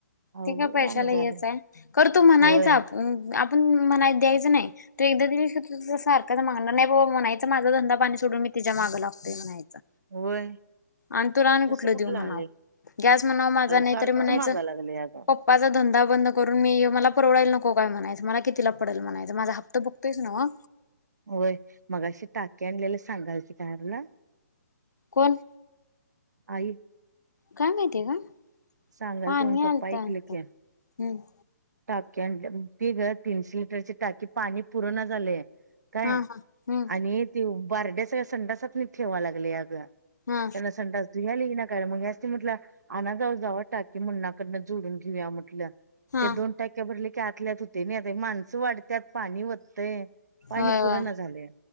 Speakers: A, on the right (about 80°); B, on the left (about 85°).
A: अवघड
B: ते काय पैशाला
A: गाणं झालंय
B: हेच आहे, करतो म्हणायच
A: होय
B: आपण आप ण म्हणायचं द्यायचं नाही. तू एकदा दिलीस की, तुझ्या सारखाच मागणार नाही बाबा म्हणायचं, माझा धंदा पाणी सोडून मी तिच्या मागं लागतोय म्हणायचं.
A: होय
B: आणि तुला आणि कुठलं
A: तसं
B: देऊ म्हणाव.
A: आलंय
B: गॅस म्हणाव मा झा नाही
A: सारखंच
B: तर म्हणायच
A: मागाय लागलंय अगं
B: माझा धंदा बंद करून मी मला परवडायल नको काय म्हणायचं. मला कितीला पडेल म्हणायच. माझा हप्त ब तेच ना.
A: होय, मघाशी टाकी आणलेले सांगालती काय आरूला
B: कोण?
A: आई.
B: काय माहितीय ग?
A: सांगाल
B: पाणी
A: ते म्हण पप्पा
B: आलतं
A: ऐकले
B: वाटतं,
A: की
B: हम्म.
A: टाकी आणल्या म्हण, ती गं तीनशे लिटरची टाकी, पाणी पुरना झालयं. काय
B: हा हा हम्म
A: आणि ते बारड्या सगळ्या संडासात नी ठेवा लागली अग
B: हा
A: मला संडास धुवायला येना तर मग ह्यासनी म्हटलं, आणा जावा जावा टाकी मुन्नाकडनं जोडून घेऊया म्हटलं.
B: हा
A: ते दोन टाक्या भरले की, आतल्यात होतय नाही अगं. हे माणसं वाढत्यात, पाणी वतंय. पाणी
B: होय
A: पूरणा
B: होय
A: झालयं.